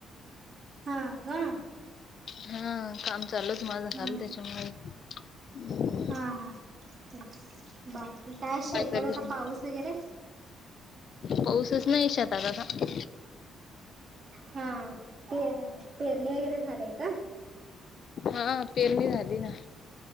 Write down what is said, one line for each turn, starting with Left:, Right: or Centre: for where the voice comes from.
Right: ह का
Left: हा काम चालूच माझा खाल
Right: हा
Left: त्याच्यामुळे हम्म.
Right: हा ह ते बाकी काय शेतात
Left: चालू
Right: आता
Left: तुमचं?
Right: पाऊस वगैरे
Left: पाऊसच नाही शेतात आता का
Right: हा प पेरणी वगैरे झालेय का
Left: हा पेरणी झाली ना